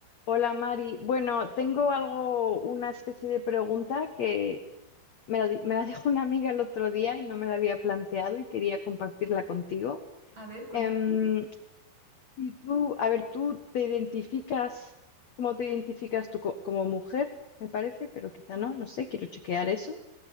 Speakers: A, on the left; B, on the right.
A: Hola Mari. Bueno, tengo algo, una especie de pregunta que me la, di- me la <laughs> dejó una amiga el otro día y no me la había planteado y quería compartirla contigo.
B: A ver, cuéntame.
A: Em, y tú, a ver, tú te identificas, ¿cómo te identificas tú co- como mujer? Me parece, pero quizá no, no sé, quiero chequear eso.